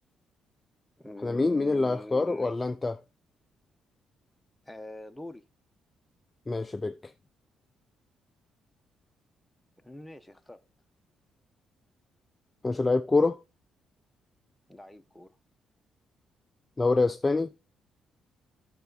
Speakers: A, in the centre; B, on the left.
A: مم،
B: احنا مين مين اللي هيختار ولا
A: ماشي
B: انت
A: آه دوري
B: ماشي بك
A: ماشي اخترت
B: ماشي لعيب كورة
A: لعيب كورة
B: دوري اسباني